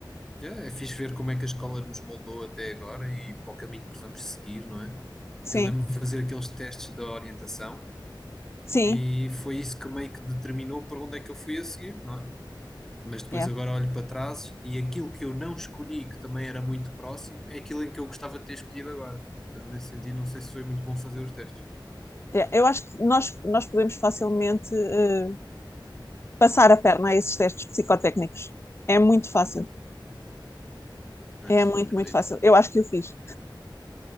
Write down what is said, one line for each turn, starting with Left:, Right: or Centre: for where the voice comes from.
Centre: Yeah, é fixe ver como é que a escola nos moldou até agora e para o caminho que vamos seguir, não é?
Left: Sim,
Centre: Eu lembro-me de fazer aqueles testes da orientação
Left: sim,
Centre: E foi isso que meio que determinou para onde é que eu fui a seguir, não é? Mas depois
Left: yeah.
Centre: agora olho para trás e aquilo que eu não escolhi, que também era muito próximo, é aquilo em que eu gostava de ter escolhido agora. Portanto, nesse sentido, não sei se foi muito bom fazer os testes.
Left: Yeah. Eu acho que nós, nós podemos facilmente eh, passar a perna a esses testes psicotécnicos. É muito fácil.
Centre: Pois,
Left: É muito,
Centre: acredito.
Left: muito fácil. Eu acho que eu fiz.